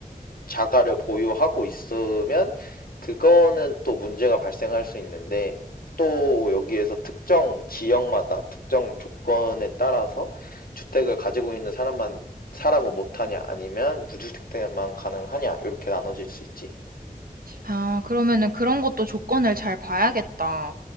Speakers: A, on the left; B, on the right.
A: 자가를 보유하고 있으면 그거는 또 문제가 발생할 수 있는데, 또 여기에서 특정 지역마다 특정 조건에 따라서 주택을 가지고 있는 사람만 사람은 못하냐 아니면 무주택자만 가능하냐 이렇게 나눠질 수 있지.
B: 아, 그러면은 그런 것도 조건을 잘 봐야겠다.